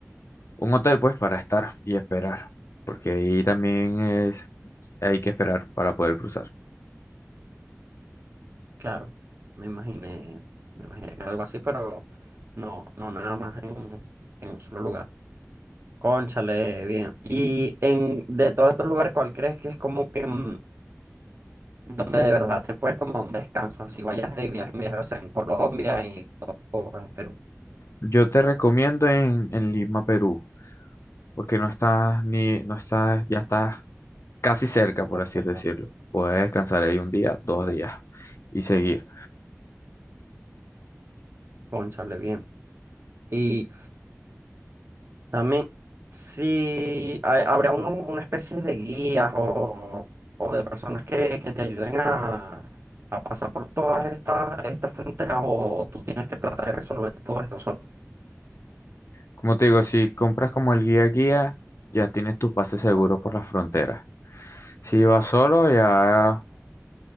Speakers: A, on the left (about 60°); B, on the right (about 50°).
A: un hotel pues para estar y esperar, porque ahí también es, hay que esperar para poder cruzar.
B: claro, me imaginé, me imaginé que era algo así, pero no, no, nada más en, en un solo lugar. Cónchale, bien. Y en, de todos estos lugares, ¿cuál crees que es como que mm, donde de verdad te puedes tomar un descanso, así vayas de viaje, mira, o sea, en Colombia y o o en Perú.
A: Yo te recomiendo en, en Lima, Perú, porque no estás ni, no estás, ya estás casi cerca, por así
B: sí.
A: decirlo.
B: Bueno,
A: Puedes descansar ahí un día, dos
B: sí,
A: días y seguir.
B: Cónchale, bien. Y también, si hay- habrá uno- una especie de guías o, o de personas que, que te ayuden a, a pasar por todas estas estas fronteras o tú tienes que tratar de resolverte todo esto solo.
A: Como te digo, si compras como el guía guía, ya tienes tu pase seguro
B: pues,
A: por las fronteras. Si vas solo, ya